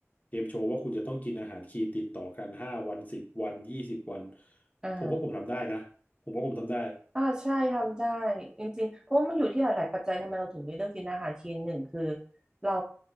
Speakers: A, on the left; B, on the right.
A: เกมโชว์ว่าคุณจะต้องกินอาหารคลีนติดต่อกันห้าวันสิบวันยี่สิบวัน
B: อ่า
A: ผมว่าผมทำได้นะผมว่าผมทำได้
B: อ่าใช่ทำได้จริงๆเพราะมันอยู่ที่หลายๆปัจจัยทำไมเราถึงไม่เลือกกินอาหารคลีนหนึ่งคือเรา